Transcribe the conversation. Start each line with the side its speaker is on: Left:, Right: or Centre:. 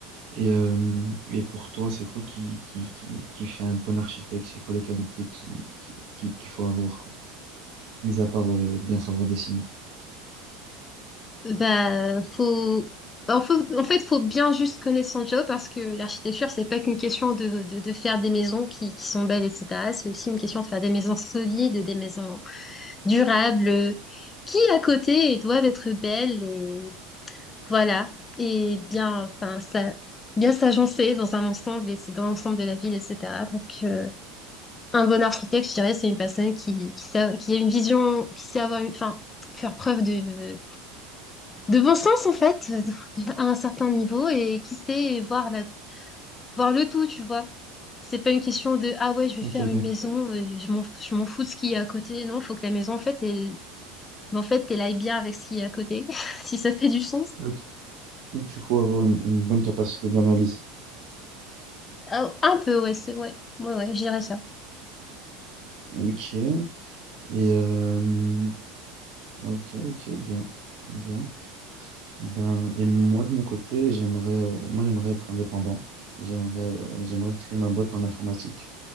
Right: Et, euh, et pour toi, c'est quoi qui, qui, qui, qui fait un bon architecte? C'est quoi les qualités qui, qui, qui- qu'il faut avoir, quoi? Mis à part, euh, bien savoir dessiner.
Left: Bah, faut... En faut... en fait, faut bien juste connaître son job parce que l'architecture, c'est pas qu'une question de, de, de faire des maisons qui, qui sont belles, etc. C'est aussi une question de faire des maisons solides, des maisons durables, qui à côté doivent être belles Voilà. Et bien, enfin, ça, bien s'agencer dans un ensemble et c'est dans l'ensemble de la ville, etc. Donc, euh, un bon architecte, je dirais, c'est une personne qui, qui, sait- qui a une vision, qui sait avoir une, enfin, faire preuve de, de bon sens, en fait, <laughs> à un certain niveau et qui sait voir la, voir le tout, tu vois. C'est pas une question de, ah ouais, je vais
Right: Ok,
Left: faire une
Right: donc,
Left: maison, euh, je m'en, je m'en fous de ce qu'il y a à côté. Non, faut que la maison, en fait, elle, en fait, elle aille bien avec ce qu'il y a à côté, <laughs> si ça fait du sens.
Right: ok. Du coup, avoir une, une bonne capacité d'analyse.
Left: Ah, un peu, ouais, c'est, ouais, ouais, ouais, je dirais ça.
Right: Ok. Et, euh, Ok, ok, bien, bien. Ben, et moi, de mon côté, j'aimerais, euh, moi, j'aimerais être indépendant. J'aimerais, euh, j'aimerais créer ma boîte en informatique,